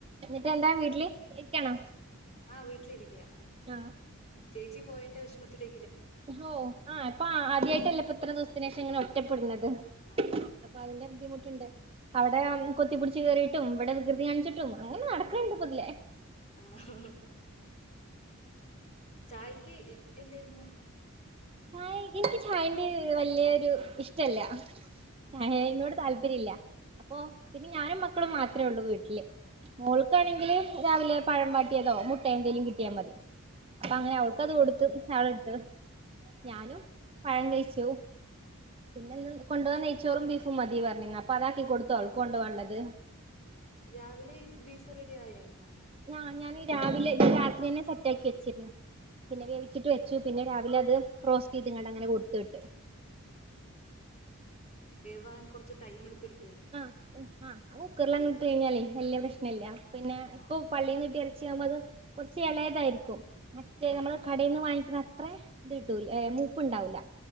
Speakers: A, on the right (about 25°); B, on the left (about 30°).
A: എന്നിട്ട് എന്താ വീട്ടില് ഇരിക്കാണോ
B: ആഹ് വീട്ടിലിരിക്കാ
A: ആഹ്
B: ചേച്ചി പോയെയിന്റെ വെഷമത്തിലെ
A: ഹോ ആഹ് ഇപ്പ ആ ആദ്യ ആയിറ്റ് അല്ലെ ഇപ്പ ഇത്ര ദിവ്സെത്തിന് ശേഷം ഇങ്ങനെ ഒറ്റപ്പെട്ണെത്
B: ആ
A: അപ്പ അതിന്റെ ബുദ്ധിമു ട്ട് ഇണ്ട് അവ്ടെ
B: ഉം ഉം
A: കൊത്തിപ്പുട്ച്ച് കെറി ട്ടും ഇവെടെ വികൃതി കാണിച്ചിട്ടും അങ്ങനെ നട്ക്ക്ണ് ഇണ്ട് ഇപ്പം ഇതിലെ
B: ആണോ ചായെക്ക് എന്തെയ്ര്ന്നു
A: ചായ ഇൻക്ക് ചായെന്റെ വല്ലിയൊരു ഇഷ്ടം ഇല്ല
B: ആണോ
A: ചായ
B: ഓ
A: ആയിനോട് താൽപ്പെര്യം ഇല്ല അപ്പൊ
B: ആ
A: പിന്നെ ഞാനും മക ക്കെളും മാത്രേ ഒള്ളു വീട്ട്ൽ മോൾക്കാണെങ്കിൽ
B: ആ ആ
A: രാവിലെ പഴം വാട്ടിയെതോ മുട്ടെ എന്തെങ്കിലും കിട്ടിയാ മതി അപ്പൊ
B: ഓ
A: അങ്ങനെ അവൾക്ക അത് കൊടുത്തു <unintelligible> ഇട്ട്
B: ആണോ
A: ഞാനും
B: ആ
A: പഴ ഴിചു പിന്നെ
B: ആ
A: ഇന്ന് കൊണ്ടോവാൻ നെ ചൊറും ബീഫും മതി പറഞ്ഞിണി അപ്പൊ അതാക്കി കൊടുത്തു അവൾക്കു കൊണ്ടുവാൻ ഉള്ളത്
B: രാവിലെ ബീഫ് റെഡി ആയായിരുന്നോ
A: ആ ഞാൻ രാവിലെ രാത്രിന്നെ സെറ്റ ആക്കി വെച്ചിരുന്നു പിന്നെ
B: ആഹ്
A: വേവിച്ചിട്ട്
B: ആഹ്
A: വെച്ചു. പിന്നെ രാവിലെ അത് റോസ്റ്റ് ചെയ്ത്ങ്ങണ്ട് അങ്ങനെ കൊടുത്തുവിട്ടു
B: വാൻ കുറച്ച് ടൈം പിടി
A: ആഹ ആ കുക്കറിലെ അങ്ങ് ഇട്ട് കഴിഞ്ഞാലേ വലയ പ്രശ്നല്ല പിന്നെ
B: ആണോ
A: ഇപ്പൊ പള്ളിൽന്ന് കിട്ടി മ്പോ അത് കുറച്ച് ഇളയതായിരിക്കും മറ്റേ
B: ആഹ്
A: നമ്മള് കടയിൽ നിന്ന് വാങ്ങിക്കുന്ന അത്രേ ഇത് കിട്ടൂല മൂപ്പുണ്ടാവൂല്ല